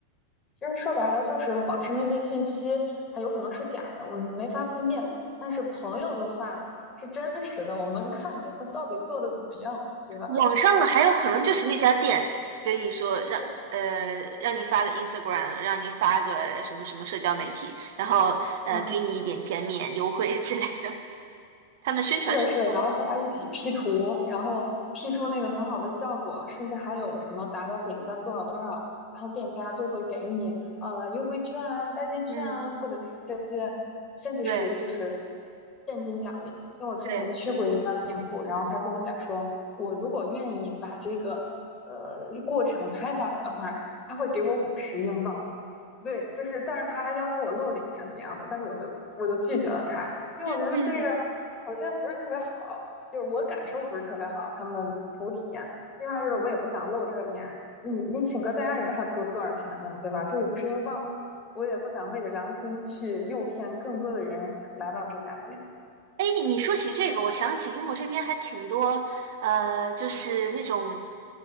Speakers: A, on the left (about 25°); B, on the right (about 55°).
A: 其实说白了，就是网上那些信息，它有可能是假的，我们没法分辨。但是朋友的话是真实的，我们能看见他到底做的怎么样，对吧？
B: 网上的还有可能就是那家店跟你说让呃让你发个
A: 对，
B: Instagram，让你发个什么什么社交媒体，然后呃给你一点减免优惠之类的，
A: 嗯。
B: 他们宣传手段。
A: 是的，是的，然后大家一起 P 图，然后 P 出那个很好的效果，甚至还有什么达到点赞多少多少，然后店家就会给你呃优惠券啊、代金券啊，
B: 嗯，
A: 或者是这些，甚至是就是
B: 对
A: 现金奖励。因为我之前去过一家店铺，
B: 对，
A: 然后他跟我讲说，我如果愿意把这个呃过程拍下来的话，他会给我五十英镑。对，就是，但是他还要求我露脸啊怎样的，但是我就我就拒绝了他，因为我觉得这个首先不是特别好，
B: 嗯嗯
A: 就是我感受不是特别好，他们的服务体验。另外就是我也不想露这个面，
B: 嗯。
A: 你你请个代言人还多多少钱呢，对吧？这五十英镑，我也不想昧着良心去诱骗更多的人来到这家店。
B: 哎，你说起这个，我想起英国这边还挺多，呃，就是那种